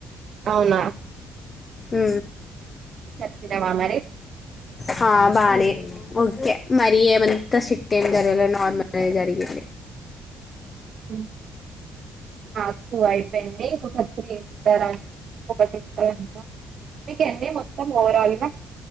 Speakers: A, on the right; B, on the left.
A: అవునా
B: ఊ
A: చెప్పినవా మరి
B: హ బానె ఓకె మరి ఏమంత సిక్ తిందరలొనార్మల్ జరి <inaudible>
A: హు మాకు అయిపోయినాయి ఇంకొక త్రి ఉంటే రా ఇంకొకటి ఉంటది అంట మీకు ఎన్ని మొత్తం ఓవరాల్ గా <inaudible>